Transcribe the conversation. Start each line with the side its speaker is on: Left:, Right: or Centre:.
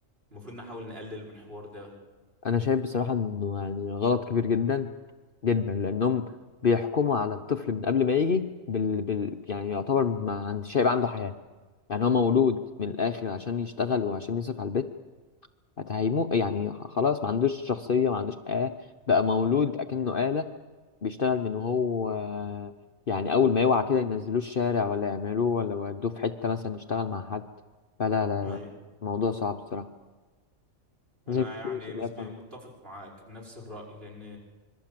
Right: المفروض نحاول نقلل من الحوار ده
Left: أنا شايف بصراحة إنه يعني غلط كبير جدا جدا لأنهم بيحكموا على الطفل من قبل ما يجي بال... بال... يعني يعتبر ما عند... شايب عنده حياة يعني هو مولود من الآخر عشان يشتغل وعشان يصرف على البيت هيمو يعني خلاص ما عندوش شخصية ما عندوش حياة بقى مولود أكنه آلة بيشتغل من وهو يعني أول ما يوعى كده ينزلوه الشارع ولا يعملوه ولا يودوه في حتة مثلا يشتغل مع حد فلا لا
Right: ايوه
Left: لا الموضوع صعب الصراحة
Right: انا
Left: لازم يكون
Right: يعني
Left: في مسؤولية
Right: نسبيا
Left: فعلا.
Right: متفق معاك نفس الرأي لان